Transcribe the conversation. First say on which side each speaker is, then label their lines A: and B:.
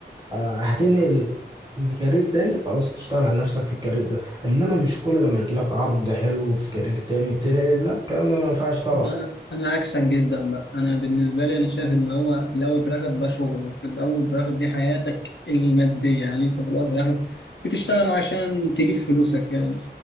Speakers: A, on the right (about 25°); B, on the left (about 85°).
A: آه، هتنقل لكارير تاني خلاص تشتغل على نفسك في الكارير ده انما مش كل لما يجي لك عرض حلو في كارير تاني تنقل لا الكلام ده ما ينفعش طبعا
B: انا انا عكسك جدا بقى انا بالنسبه لي انا شايف ان هو في الاول في الاخر ده شغل وفي الاول في الاخر دي حياتك الماديه يعني انت في الاول في الاخر بتشتغل عشان تجيب فلوسك يعني